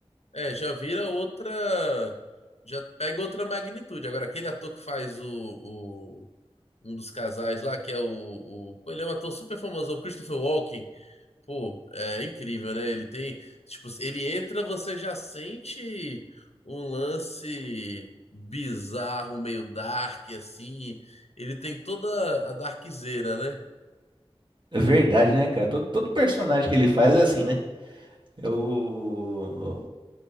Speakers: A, on the left; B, on the right.
A: É, já vira outra. Já pega outra magnitude. Agora, aquele ator que faz o, o- um dos casais lá, que é o, o. pô, Ele é um ator super famoso, é o Christopher Walken. Pô, é incrível, né? Ele tem, tipo, ele entra, você já sente um lance bizarro, meio dark, assim. Ele tem toda a darkzeira, né?
B: É Verdade, né, cara? Todo, todo personagem que ele faz é assim, né? Eu.